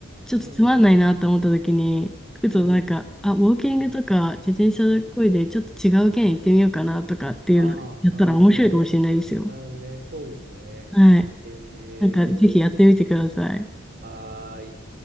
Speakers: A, in the centre; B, on the right.
A: ちょっとつまんないなと思った時に、
B: うん。
A: ふとなんか、
B: うん。
A: あ、ウォーキングとか自転車こいで、
B: うん。うん。
A: ちょっと違う県行ってみようかなとかっていうのやったら面白いかもしれないですよ。
B: ああ、なるほどね。なるほどね。そうですね。
A: はい。
B: え
A: なんか、ぜひやってみてください。
B: ー、はーい。